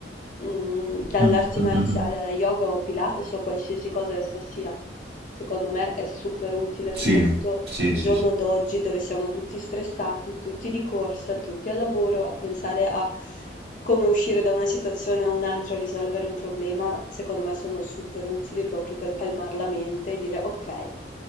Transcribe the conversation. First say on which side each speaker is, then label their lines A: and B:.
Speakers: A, on the left; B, on the right.
A: mhmm, dalle
B: Mm,
A: arti
B: mm,
A: marziali
B: mm, mm.
A: alla yoga o Pilates o qualsiasi cosa essa sia. Secondo me è super utile, soprattutto
B: Sì, sì,
A: il
B: sì,
A: giorno
B: sì.
A: d'oggi dove siamo tutti stressati, tutti di corsa, tutti al lavoro, a pensare a come uscire da una situazione o un'altra o risolvere un problema, secondo me sono super utili proprio per calmar la mente e dire: "Okay,